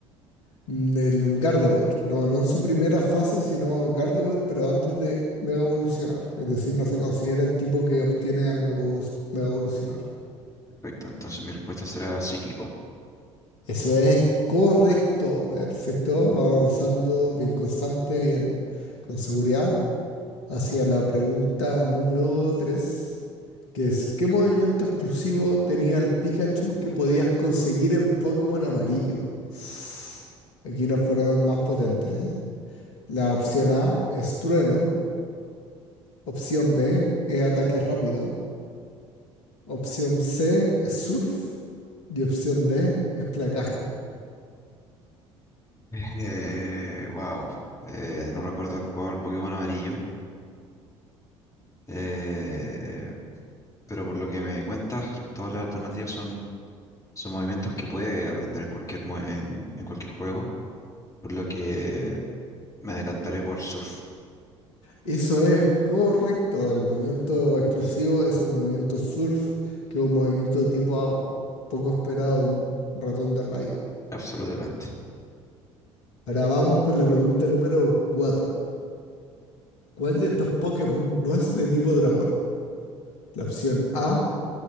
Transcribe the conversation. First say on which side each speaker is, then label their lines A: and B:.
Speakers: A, on the left (about 70°); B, on the left (about 20°).
A: Mm, En Gardevoir, no, no en su primera fase, sino Gardevoir, pero antes de mega evolucionar. Es decir, no se considera el tipo que obtiene al mega evolucionar.
B: Perfecto, entonces mi respuesta será Psíquico.
A: Eso es correcto, perfecto. Vamos avanzando bien constante, bien con seguridad, hacia la pregunta número 3, que es, ¿qué movimiento exclusivo tenía el Pikachu que podías conseguir en Pokémon Amarillo? <sighs> Aquí nos ponemos más potentes, ¿eh? La opción A es trueno, opción B es ataque rápido, opción C es surf y opción D es placaje.
B: <laughs> Eh, wow. Eh, no recuerdo el juego del Pokémon amarillo. Eh, pero por lo que me cuentas, todas las alternativas son, son movimientos que puede aprender en cualquier, mo- en en cualquier juego. por lo que me decantaré por surf,
A: Eso es correcto. El movimiento exclusivo es el movimiento surf, que es un movimiento de tipo agua. Poco esperado, un ratón de rayo.
B: absolutamente.
A: Ahora vamos con la pregunta número 4. ¿Cuál de estos Pokémon no es de tipo dragón? La opción A